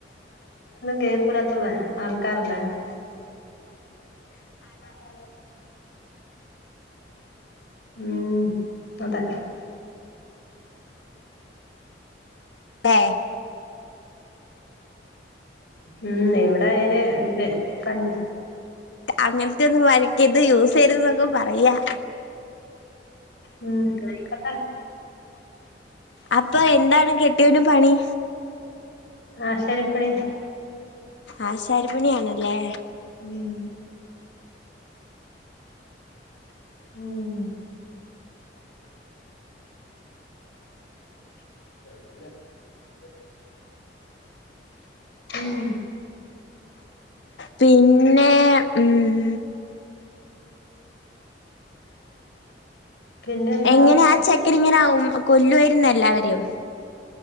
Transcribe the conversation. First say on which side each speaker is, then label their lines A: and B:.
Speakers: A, on the left; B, on the left.
A: കേക്കുല്ലാത്ത ആൾക്കാരെ <unintelligible> കേൾക്കാറുണ്ട <unintelligible> <unintelligible> ഉമ് അതെ
B: അതെ
A: ഉമ് എവി ടയിന് പെ കഞ്ഞി
B: അങ്ങനെത്തെ ഒന്നും വലിക്കര്ത് യൂ സെയ്യെര്തെന്നെക്കെ പറയാ
A: ഉമ് എന്നായിക്കോട്ടെ
B: അപ്പ എന്താണ് കെട്യോന് പണി
A: ആശാരി പ്പണി.
B: ആശാരിപ്പണി ആണല്ലേ.
A: ഉം ഉം <unintelligible> ഉം
B: പിന്നേ ഉം
A: പിന്നെന്താ
B: എങ്ങനാ ആ ചെക്കനിങ്ങനാവും കൊല്ലുവായിര്ന്നെല്ലാവരെയും